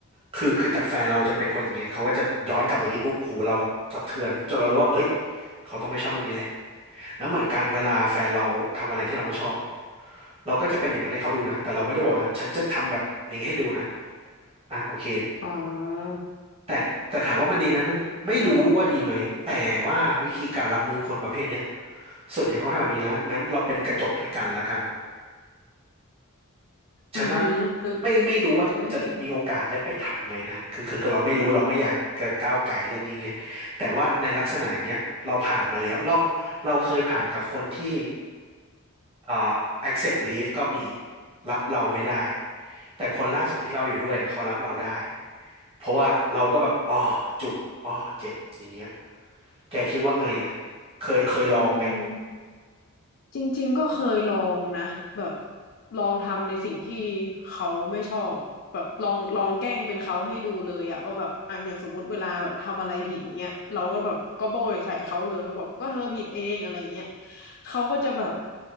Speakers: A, on the right; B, on the left.
A: คือคือแต่แฟนเราจะเป็นคนอย่างเงี้ยเขาก็จะย้อนกลับมาอย่างงี้ปุ๊บหูเราแบบสะเทือนจนเรารู้ว่าเอ้ยเขาต้องไม่ชอบเรื่องนี้แหละแล้วเหมือนกันเวลาแฟนเราทำอะไรที่เราไม่ชอบเราก็จะเป็นอย่างนั้นให้เขาดูนะแต่เราไม่ได้บอกนะฉันจะทำแบบนี้ให้ดูนะอ่ะโอเค
B: อ๋อ
A: แต่แต่ถามว่ามันดีไหมมันไม่รู้ว่าดีไหมแต่ว่าวิธีการรับมือคนประเภทเนี้ย ส่วนใหญ่เขาก็ทำแบบนี้นะงั้นเราเป็นกระจกให้กันละกัน ฉันว่า
B: อือฮึจะ
A: ไม่ไม่รู้ว่าจะมีโอกาสได้ไปทำไหมนะคือคือคือเราไม่รู้เราไม่อยากจะก้าวไก่เรื่องนี้ไง
B: จะได้เห็น
A: แต่ว่าในลักษณะอย่างเงี้ยเราผ่านมาแล้วเราเราเคยผ่านกับคนที่เอ่อ accept leave ก็มีรับเราไม่ได้แต่คนล่าสุดที่เราอยู่ด้วยอะเขารับเราได้ เพราะว่าเราก็แบบอ๋อจุกอ๋อเจ็บอย่างเงี้ยแกคิดว่าไงอ่ะเคยเคยลองไหม
B: อืม จริงๆ ก็เคยลองนะแบบลองทำในสิ่งที่เขาไม่ชอบแบบลองลองแกล้งเป็นเขาให้ดูเลยอะว่าแบบอ่ะอย่างสมมุติเวลาแบบทำอะไรผิดอย่างเงี้ยเราก็แบบก็โบยใส่เขาเลยก็แบบก็เธอผิดเองอะไรเงี้ยเขาก็จะแบบ